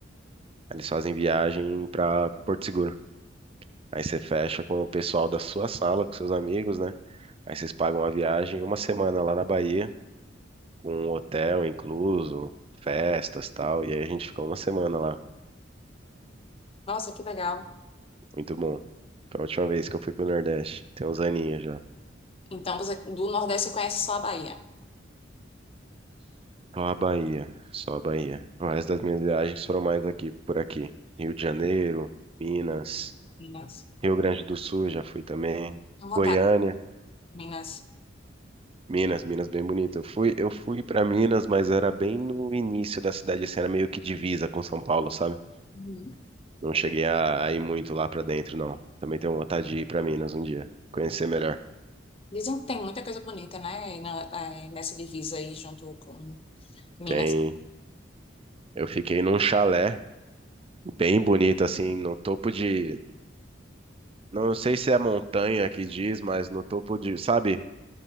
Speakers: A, on the right; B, on the left.
A: Eles fazem viagem para Porto Seguro. Aí você fecha com o pessoal da sua sala, com seus amigos, né? Aí vocês pagam a viagem uma semana lá na Bahia, com um hotel incluso, festas e tal. E aí a gente ficou uma semana lá.
B: Nossa, que legal.
A: Muito bom. Foi a última vez que eu fui pro Nordeste. Tem uns aninhos já.
B: Então, você do Nordeste você conhece só a Bahia.
A: Só a Bahia, só a Bahia. O resto das minhas viagens foram mais aqui, por aqui. Rio de Janeiro, Minas,
B: Minas.
A: Rio Grande do Sul já fui também,
B: À vontade,
A: Goiânia,
B: Minas.
A: Minas, Minas bem bonito. Eu fui, eu fui para Minas, mas era bem no início da cidade, assim, era meio que divisa com São Paulo, sabe?
B: Uhum.
A: Não cheguei a, a ir muito lá pra dentro, não. Também tenho vontade de ir pra Minas um dia, conhecer melhor.
B: Dizem que tem muita coisa bonita, né? E na- eh, Nessa divisa aí, junto com Minas.
A: Tem, eu fiquei num chalé bem bonito, assim, no topo de Não sei se é montanha que diz, mas no topo de, sabe?